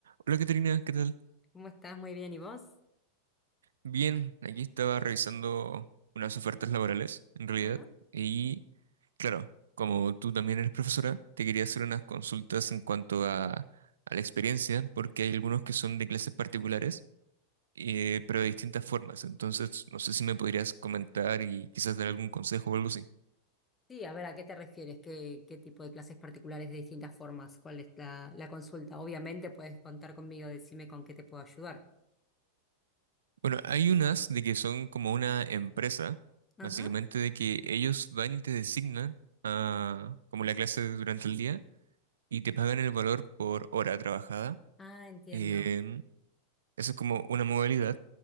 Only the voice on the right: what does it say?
Hola, Caterina, ¿qué tal?
Bien, aquí estaba revisando unas ofertas laborales, en realidad,
y claro, como tú también eres profesora, te quería hacer unas consultas en cuanto a, a la experiencia, porque hay algunos que son de clases particulares, eh, pero de distintas formas, entonces no sé si me podrías comentar y quizás dar algún consejo o algo así.
Bueno, hay unas de que son como una empresa,
básicamente de que ellos van y te designan a, como la clase durante el día y te pagan el valor por hora trabajada.
Em, eso es como una modalidad